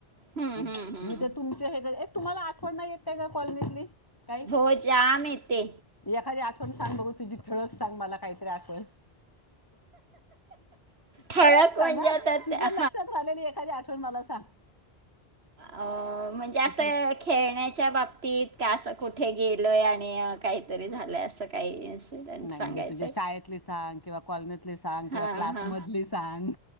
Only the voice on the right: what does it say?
हम्म
हम्म हम्म.
होजामित ते
ठळक
म्हणजे आता
त्या-
अ म्हणजे असं
खेळण्याच्या बाबतीत का असं कुठे गेलय आणि काहीतरी झालंय असं काही इन्सिडेंट
सांगायचंय
हा
हा